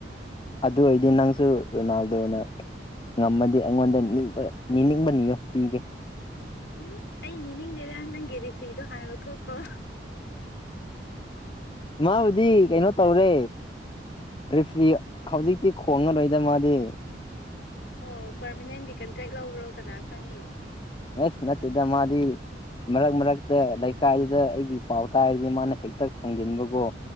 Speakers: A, on the left; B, on the left.
A: ꯑꯗꯨ ꯑꯣꯏꯔꯗꯤ ꯅꯪꯁꯨ ꯔꯣꯅꯥꯜꯗꯣꯅ ꯉꯝꯃꯗꯤ ꯑꯩꯉꯣꯟꯗ ꯅꯤꯕ ꯅꯤꯡꯅꯤꯡꯕ ꯅꯤꯌꯣ ꯄꯤꯒꯦ
B: ꯎꯝ ꯑꯩ ꯅꯤꯡꯗꯦꯗ ꯅꯪꯒꯤ ꯔꯤꯐ꯭ꯔꯤꯗꯣ ꯍꯥꯟꯅ ꯂꯧꯊꯣꯛꯈꯣ
A: ꯃꯥꯕꯨꯗꯤ ꯀꯩꯅꯣ ꯇꯧꯔꯦ ꯔꯤꯐ꯭ꯔꯤ ꯍꯧꯖꯤꯛꯇꯤ ꯈꯣꯡꯉꯔꯣꯏꯗ ꯃꯥꯗꯤ
B: ꯑꯣ ꯄꯥꯔꯃꯅꯦꯟꯒꯤ ꯀꯟꯇ꯭ꯔꯦꯛ ꯂꯧꯕ꯭ꯔꯣ ꯀꯅꯥ ꯈꯪꯉꯤ
A: ꯑꯦꯁ ꯅꯠꯇꯦꯗ ꯃꯥꯗꯤ ꯃꯔꯛ ꯃꯔꯛꯇ ꯂꯩꯀꯥꯏꯗꯨꯗ ꯑꯩꯒꯤ ꯄꯥꯎ ꯇꯥꯔꯗꯤ ꯃꯥꯅ ꯍꯦꯛꯇ ꯈꯣꯡꯖꯤꯟꯕꯀꯣ